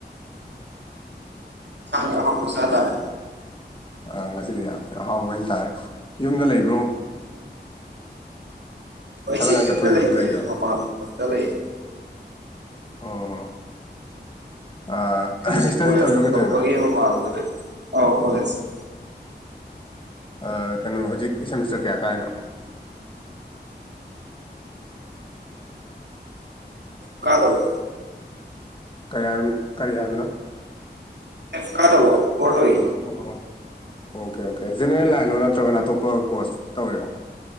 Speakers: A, on the right; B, on the left.
A: ꯁꯥꯗꯤ ꯑꯍꯥꯎꯕ ꯆꯥꯇꯔꯦ꯫
B: ꯑꯥ ꯉꯁꯤꯗꯤ ꯑ-ꯑꯍꯥꯎꯕ ꯑꯣꯏꯇꯥꯥꯔꯦ ꯌꯨꯝꯗ ꯂꯩꯕ꯭ꯔꯣ꯫
A: ꯑꯣꯏ
B: ꯊꯕꯛ
A: ꯁꯤꯗꯤ
B: ꯏꯪꯈꯥꯡ
A: ꯌꯨꯝꯗ
B: ꯆꯠꯊꯣꯛꯏꯔꯣ
A: ꯂꯩꯇꯤꯌꯦ
B: ꯂꯩꯔꯤꯔꯣ
A: ꯃꯄꯥꯟꯂꯝꯗ ꯂꯩꯌꯦ꯫
B: ꯑ ꯑ
A: ꯍꯧꯖꯤꯛꯁꯦ
B: ꯑꯍꯥ ꯏꯁꯇꯗꯤ
A: ꯀꯣꯂꯦꯖ
B: ꯇꯧꯔꯤꯔꯣ
A: ꯁꯨꯝ
B: ꯀꯩꯗꯧꯅꯣ꯫
A: ꯇꯧꯕꯒꯤ ꯃꯄꯥꯟꯗ ꯂꯩ ꯑꯧ ꯀꯣꯂꯦꯖ
B: ꯑ ꯀꯩꯅꯣ ꯍꯧꯖꯤꯛ ꯁꯦꯃꯤꯁꯇꯔ ꯀꯌꯥ ꯀꯥꯏꯅꯣ꯫
A: <inaudible> ꯀꯥꯗꯧꯕ
B: ꯀꯔꯤ ꯍꯥꯢ ꯀꯔꯤ ꯍꯥꯏꯕꯅꯣ꯫
A: ꯐꯥꯢꯞ ꯀꯗꯧꯕ ꯐꯣꯔ ꯂꯣꯢ
B: ꯑꯣꯍꯣꯋꯣ ꯑꯣꯀꯦ ꯑꯣꯀꯦ ꯖꯦꯅꯦꯔꯦꯜ ꯂꯥꯏꯟꯂꯣ ꯅꯠꯇ꯭ꯔꯒꯅ ꯑꯇꯣꯞꯄ ꯀꯣꯁ ꯇꯧꯔꯤꯔꯣ꯫